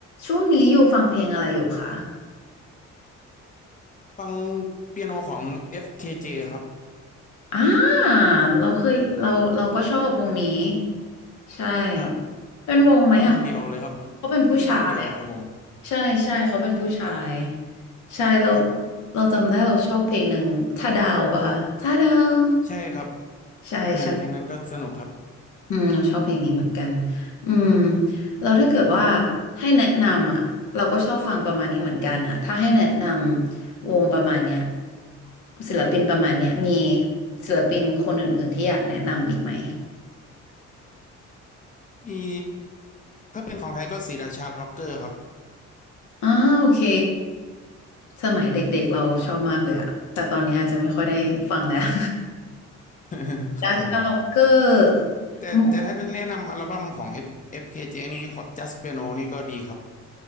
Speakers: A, on the left; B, on the left.
A: ช่วงนี้อยู่ฟังเพลงอะไรอยู่คะ
B: ฟังเปียโนของ FKJ คเจครับ
A: อ่าเราเคยเราเราก็ชอบวงนี้ใช่
B: ครับ
A: เป็นวงไหมอ่ะเขา
B: เล่นคนเดียวเลยครับ
A: เขาเป็นผู้ชาย
B: เล่นคนเดียวครับผม
A: ใช่ใช่เขาเป็นผู้ชายใช่เรา
B: ครับ
A: เราจำได้เราชอบเพลงหนึ่งถ้าดาวป่ะคะถ้าดาว
B: ใช่ครับ
A: ใช่ใช่
B: เออเพลงนั้นก็สนุกครับ
A: อืมเราชอบเพลงนี้เหมือนกันอืมเราถ้าเกิดว่าให้แนะนำอ่ะเราก็ชอบฟังประมาณนี้เหมือนกันอ่ะถ้าให้แนะนำวงประมาณเนี้ยศิลปินประมาณเนี้ยมีศิลปินคนอื่นๆที่อยากแนะนำอีกไหม
B: มีถ้าเป็นของไทยก็ศรีราชาล็อกเกอร์ครับ
A: อ้าโอเคสมัยเด็กๆเราชอบมากเลยอ่ะแต่ตอนนี้อาจจะไม่ค่อยได้ฟังแล้ว
B: <laughs>
A: <laughs>
B: ครับผม
A: ดาชาล็อกเกอร์
B: แต่แต่ถ้าแนะนำอัลบั้มของ
A: หมอ
B: F FKJ นี่ของ Just Piano นี่ก็ดีครับ